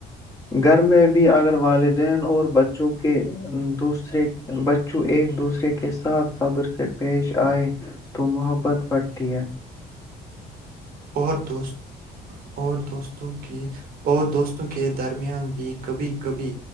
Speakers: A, on the left (about 20°); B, on the right (about 60°).
A: گھر میں بھی اگر والدین اور بچوں کے دوسرے بچوں ایک دوسرے کے ساتھ صبر سے پیش آئے تو محبت بڑھتی ہے
B: اور دو اور دوست کی اور دوستوں کے درمیان بھی کبھی کبھی